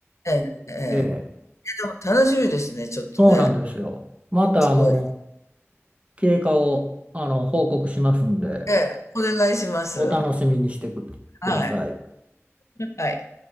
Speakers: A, on the left (about 80°); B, on the right (about 25°).
A: ええ、え。え、
B: ええ
A: でも楽しみですね、ちょっとね。
B: そうなんですよ。また、
A: すごい。
B: あの、経過を、あの、報告しますんで、
A: ええ、お願いします。
B: お楽しみにしてく、
A: はい、
B: ください。
A: はい。